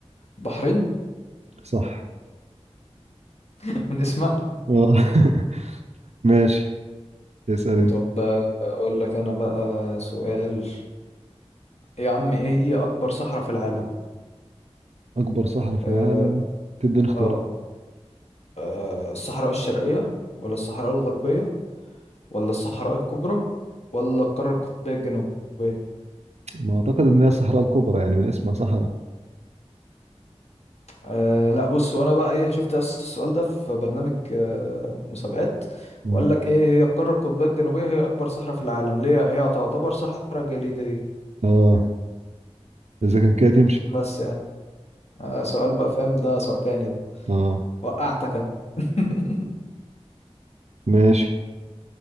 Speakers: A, on the left; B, on the right.
A: البحرين
B: صح
A: <laughs> من اسمها
B: اه <laughs> ماشي اسال انت
A: طب آه، اقول لك انا بقى سؤال يا عم ايه هي اكبر صحراء في العالم
B: اكبر صحراء في
A: اه
B: العالم تديني اختيارات
A: اه آه، الصحراء الشرقية ولا الصحراء الغربية ولا الصحراء الكبرى ولا القارة القطبية الجنوبية
B: ما اعتقد ان هي الصحراء الكبرى يعني من اسمها صحراء
A: أه لا بص وانا بقى ايه شفت أص- السؤال ده في برنامج أه مسابقات
B: مم.
A: وقال لك ايه هي القارة القطبية الجنوبية هي اكبر صحراء في العالم ليه هي تعتبر صحراء جليدية
B: اه اذا كان كده تمشي
A: بس يعني أه سؤال بقى فاهم ده صعباني ده
B: اه
A: وقعتك انا <laughs>
B: ماشي